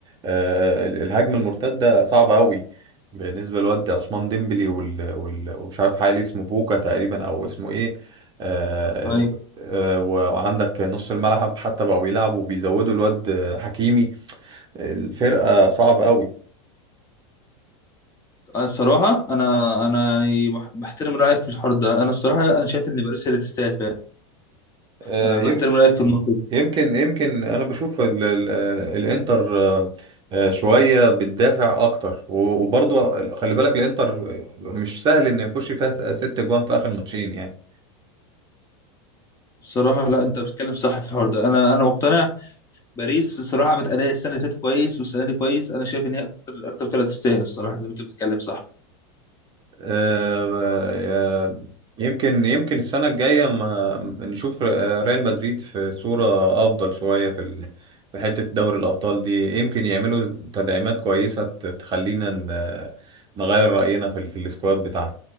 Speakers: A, on the right (about 30°); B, on the left (about 20°).
A: آه، ال- الهجمة المرتدة صعبة قوي بالنسبة لواد عثمان ديمبلي وال وال- ومش عارف حالي اسمه بوكا تقريبا أو اسمه إيه آه،
B: يعني
A: آه، وعندك نص الملعب حتى بقوا بيلعبوا وبيزودوا الواد آه، حكيمي الفرقة صعبة
B: أنا الصراحه انا انا يعني بح- بحترم رايك في الحوار ده انا الصراحه انا شايف ان باريس هي اللي تستاهل فعلا
A: قوي
B: انا بحترم رايك في النقطه دي
A: يمكن يمكن انا بشوف ال ال الانتر آه، آه، شويه بتدافع اكتر و- وبرضه خلي بالك الانتر مش سهل انه يخش فيها س- ست جوان في اخر ماتشين يعني
B: الصراحه لا انت بتتكلم صح في الحوار ده انا انا مقتنع باريس الصراحه متأداء السنه اللي فاتت كويس والسنه دي كويس انا شايف ان هي اكتر اكتر فرقه تستاهل الصراحه زي ما انت بتتكلم صح
A: آه، آه، يمكن يمكن السنة الجاية ما نشوف ريال مدريد في صورة أفضل شوية في ال- في حتة دوري الأبطال دي يمكن يعملوا تدعيمات كويسة ت- تخلينا ن- نغير رأينا في ال- في السكواد بتاعهم